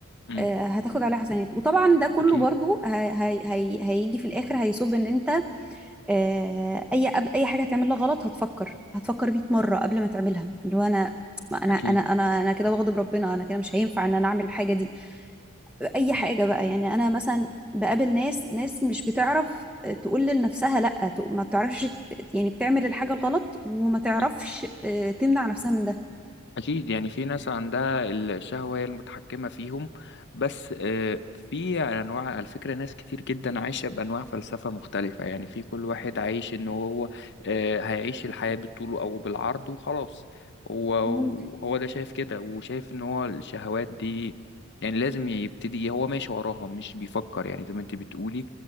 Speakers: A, on the left; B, in the centre.
A: مم.
B: آه، هتاخد عليها حسنات وطبعا ده كله
A: أكيد
B: برضو هي هي هي- هيجي في الاخر هيصب ان انت آه،
A: مم.
B: اي أب- اي حاجه هتعملها غلط هتفكر هتفكر 100 مره قبل ما تعملها اللي هو انا ما انا
A: أكيد
B: انا انا انا كده بغضب ربنا انا كده مش هينفع ان انا اعمل الحاجه دي اي حاجه بقى يعني انا مثلا بقابل ناس ناس مش بتعرف تقول لنفسها لا ت- ما بتعرفش ت- يعني بتعمل الحاجه الغلط وما تعرفش
A: مم.
B: آه، تمنع نفسها من ده
A: أكيد يعني في ناس عندها الشهوة هي المتحكمة فيهم بس آه، في أنواع على فكرة ناس كتير جدا عايشة بأنواع فلسفة مختلفة يعني في كل واحد عايش إن هو آه، هيعيش الحياة بالطول أو بالعرض وخلاص هو
B: ممكن
A: هو ده شايف كده وشايف إن هو الشهوات دي يعني لازم يبتدي هو ماشي وراها مش بيفكر يعني زي ما انت بتقولي